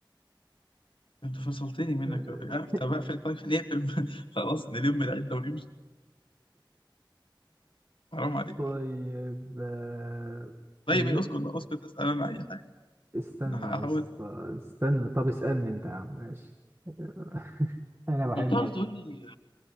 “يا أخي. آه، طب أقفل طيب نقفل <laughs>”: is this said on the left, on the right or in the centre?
Left